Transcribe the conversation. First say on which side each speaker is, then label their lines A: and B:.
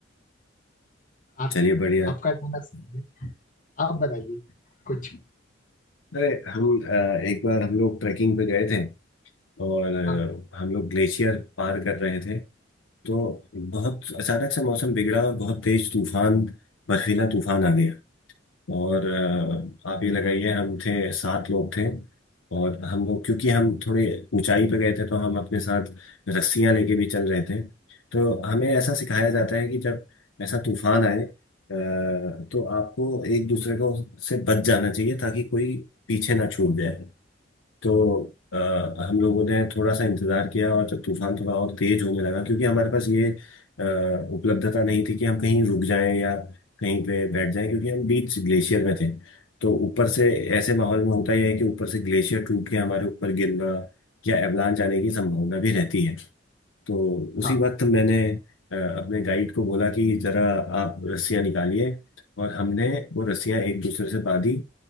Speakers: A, on the left; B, on the left.
A: आप
B: चलिए बढ़िया
A: आपका कहना सही है आप बताइए कुछ
B: अरे हम अ, एक बार हम लोग ट्रैकिंग पे गए थे और अ,
A: हाँ
B: हम लोग ग्लेशियर पार कर रहे थे तो बहुत अचानक से मौसम बिगड़ा और बहुत तेज तूफान बर्फीला तूफान आ गया और अ, आप ये लगाइए हम थे सात लोग थे और हम लोग क्योंकि हम थोड़े ऊंचाई पे गए थे तो हम अपने साथ रस्सियां लेके भी चल रहे थे तो हमें ऐसा सिखाया जाता है कि जब ऐसा तूफान आए अ, तो आपको एक दूसरे को से बच जाना चाहिए ताकि कोई पीछे ना छूट जाए तो अ, हम लोगों ने थोड़ा सा इंतजार किया और जब तूफान थोड़ा और तेज होने लगा क्योंकि हमारे पास ये अ, उपलब्धता नहीं थी कि हम कहीं रुक जाएं या कहीं पे बैठ जाएं क्योंकि हम बीच ग्लेशियर में थे तो ऊपर से ऐसे माहौल में होता यह है कि ऊपर से ग्लेशियर टूट के हमारे ऊपर गिरना या एवलांच आने की संभावना भी रहती है तो उसी
A: हाँ
B: वक्त मैंने अ, अपने गाइड को बोला कि जरा आप रस्सियां निकालिए और हमने वो रस्सियां एक दूसरे से बांधी